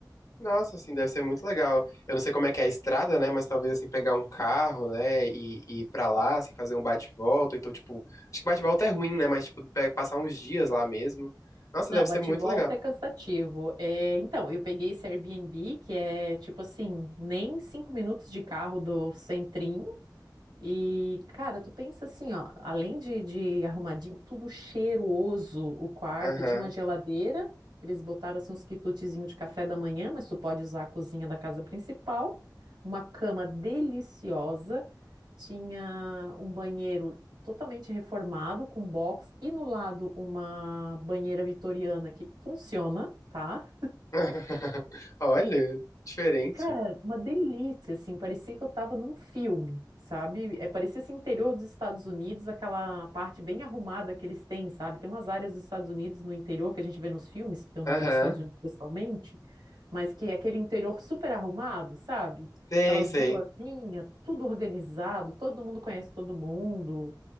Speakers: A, on the left; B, on the right.
A: Nossa, assim, deve ser muito legal. Eu não sei como é que é a estrada, né? Mas talvez, assim, pegar um carro, né? E, e ir pra lá, assim, fazer um bate-volta. Então, tipo, acho que bate-volta é ruim, né? Mas, tipo, pe- passar uns dias lá mesmo. Nossa,
B: Não,
A: deve
B: bate
A: ser muito
B: e volta
A: legal.
B: é cansativo. É, então, eu peguei esse Airbnb, que é tipo assim, nem cinco minutos de carro do centrinho. E, cara, tu pensa assim, ó, além de, de arrumadinho, tudo cheiroso o quarto,
A: Aham.
B: tinha uma geladeira, eles botaram assim uns quitutezinhos de café da manhã, mas tu pode usar a cozinha da casa principal, uma cama deliciosa. Tinha um banheiro totalmente reformado, com box, e no lado uma banheira vitoriana que funciona, tá?
A: <laughs> Olha, diferente.
B: Cara, uma delícia, assim, parecia que eu tava num filme, sabe? É, parecia esse interior dos Estados Unidos, aquela parte bem arrumada que eles têm, sabe? Tem umas áreas dos Estados Unidos no interior que a gente vê nos filmes, eu não
A: Aham.
B: conheço os Estados Unidos pessoalmente, mas que é aquele interior super arrumado, sabe?
A: Sei,
B: Aquelas
A: sei.
B: vilazinhas, tudo organizado, todo mundo conhece todo mundo.